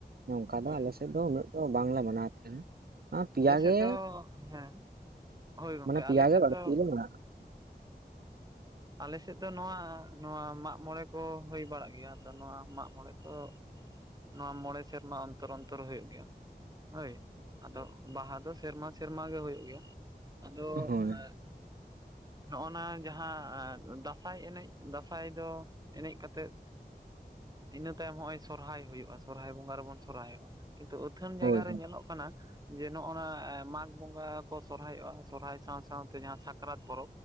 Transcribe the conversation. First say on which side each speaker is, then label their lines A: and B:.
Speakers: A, on the right; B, on the right.
A: ᱱᱚᱝᱠᱟ ᱫᱚ
B: ᱦᱳᱭ
A: ᱟᱞᱮᱥᱮᱫ ᱫᱚ ᱩᱱᱟᱹᱜ ᱫᱚ ᱵᱟᱝᱞᱮ ᱢᱟᱱᱟᱣ ᱛᱟᱦᱮᱸᱱᱟ ᱾ ᱟᱸ ᱯᱤᱭᱟ
B: ᱟᱞᱮ ᱥᱮᱫ
A: ᱜᱮ
B: ᱫᱚ ᱦᱮᱸ ᱦᱳᱭ ᱜᱚᱝᱠᱮ
A: ᱢᱟᱱᱮ ᱯᱮᱭᱟ
B: ᱟᱞᱮ
A: ᱜᱮ
B: ᱥᱮᱫ
A: ᱵᱟᱹᱲᱛᱤ
B: ᱫᱚ
A: ᱜᱮ <unintelligible> ᱢᱮᱱᱟᱜᱼᱟ ᱾
B: ᱟᱞᱮᱥᱮᱫ ᱫᱚ ᱱᱚᱣᱟ ᱱᱚᱣᱟ ᱢᱟᱜᱢᱚᱬᱮ ᱠᱚ ᱦᱩᱭ ᱵᱟᱲᱟᱜ ᱜᱮᱭᱟ ᱛᱚ ᱱᱚᱣᱟ ᱢᱟᱜ ᱢᱚᱬᱮ ᱛᱚ ᱱᱚᱣᱟ ᱢᱚᱬᱮ ᱥᱮᱨᱢᱟ ᱚᱱᱛᱚᱨ ᱚᱱᱛᱚᱨ ᱦᱩᱭᱩᱜ ᱜᱮᱭᱟ ᱾ ᱦᱳᱭ ᱟᱫᱚ ᱵᱟᱦᱟ ᱫᱚ ᱥᱮᱨᱢᱟ ᱥᱮᱨᱢᱟ ᱜᱮ ᱦᱩᱭᱩᱜ ᱜᱮᱭᱟ ᱟᱫᱚ
A: ᱦᱳᱭ
B: ᱮᱸᱜ ᱱᱚᱜ-ᱚᱭ ᱱᱟ ᱡᱟᱦᱟᱸ ᱫᱟᱸᱥᱟᱭ ᱮᱱᱮᱡ ᱫᱟᱸᱥᱟᱭ ᱫᱚ ᱮᱱᱮᱡ ᱠᱟᱛᱮᱫ ᱤᱱᱟᱹ ᱛᱟᱭᱚᱢ ᱦᱚᱸᱜ-ᱚᱭ ᱥᱚᱨᱦᱟᱭ ᱦᱩᱭᱩᱜ-ᱟ ᱥᱚᱨᱦᱟᱭ ᱵᱚᱸᱜᱟ ᱨᱮᱵᱚᱱ ᱥᱚᱨᱦᱟᱭᱚᱜ-ᱟ, ᱠᱤᱱᱛᱩ ᱟᱹᱛᱷᱟᱹᱱ ᱡᱟᱭᱜᱟ
A: ᱦᱳᱭ
B: ᱨᱮ ᱧᱮᱞᱚᱜ ᱠᱟᱱᱟ ᱡᱮ ᱱᱚᱜ-ᱚ ᱱᱟ ᱢᱟᱜᱽ ᱵᱚᱸᱜᱟ ᱠᱚ ᱥᱚᱨᱦᱟᱭᱚᱜ-ᱟ ᱥᱚᱨᱦᱟᱭ ᱥᱟᱶ ᱥᱟᱶᱛᱮ ᱡᱟᱦᱟᱸ ᱥᱟᱠᱨᱟᱛ ᱯᱚᱨᱚᱵ